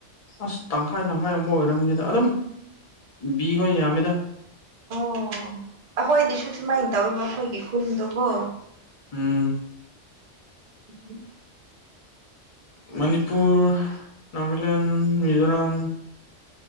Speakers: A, on the left (about 40°); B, on the right (about 50°).
A: ꯑꯁ ꯇꯪꯈꯥꯏ ꯇꯪꯈꯥꯏ ꯑꯃꯨꯛ ꯑꯣꯏꯔꯝꯅꯤꯗ ꯑꯗꯨꯝ ꯕꯤꯈ‌ꯣꯏ ꯌꯥꯝꯃꯤꯗ
B: ꯑꯣ ꯑꯩꯈꯣꯏꯗꯤꯁꯨ ꯁꯨꯃꯥꯏꯅ ꯇꯧꯔꯤꯕ ꯑꯩꯈꯣꯏꯒꯤ ꯈꯨꯟꯗꯨꯕ‌ꯣ
A: ꯎꯝ
B: <unintelligible>
A: ꯃꯅꯤꯄꯨꯔ ꯅꯥꯒꯥꯂꯦꯟ ꯃꯤꯖꯣꯔꯥꯝ